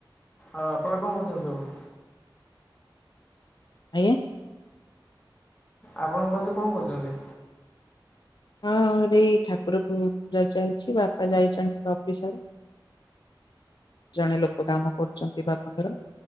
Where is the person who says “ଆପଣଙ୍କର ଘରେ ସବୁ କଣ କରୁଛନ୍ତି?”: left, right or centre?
Left